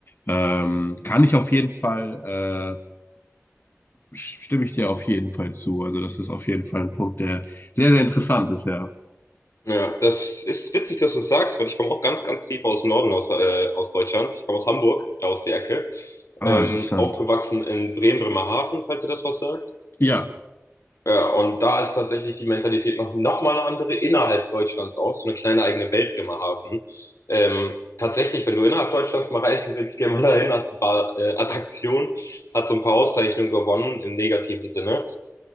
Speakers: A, on the left; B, on the left.
A: Ähm, kann ich auf jeden Fall, äh, stimme ich dir auf jeden Fall zu. Also das ist auf jeden Fall ein Punkt, der sehr, sehr interessant ist, ja.
B: Ja, das ist witzig, dass du es sagst, weil ich komme auch ganz, ganz tief aus dem Norden, aus, äh, aus Deutschland. Ich komme aus Hamburg, da aus der Ecke.
A: Ah,
B: Ähm,
A: interessant.
B: aufgewachsen in Bremen, Bremerhaven, falls ihr das was sagt.
A: Ja,
B: Ja, und da ist tatsächlich die Mentalität noch, noch mal eine andere innerhalb Deutschlands auch, so eine kleine eigene Welt Bremerhaven. Ähm, tatsächlich, wenn du innerhalb Deutschlands mal reisen willst, geh mal dahin, hast ein paar äh, Attraktionen, hat so ein paar Auszeichnungen gewonnen im negativen Sinne.